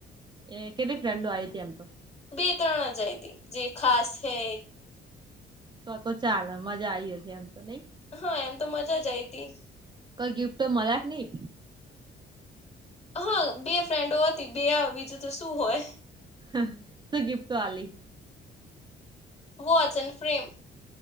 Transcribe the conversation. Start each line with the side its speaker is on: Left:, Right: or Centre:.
Right: એ કેટલી ફ્રેન્ડો આ હતી એમ તો.
Left: બે ત્રણ હજાર દ જે ખાસ છે.
Right: તો તો ચાલ મજા આય હશે, એમ તો નઈ
Left: હા એમ તો મજા જ આઈ હતી.
Right: કઈ ગિફ્ટ મળલાક નહી,
Left: હા, બે ફ્રેન્ડો હતી બે બીજું તો શું હોય.
Right: <unintelligible> સુગિફ્ટ વાલી
Left: વોચ એન્ડ ફ્રેમ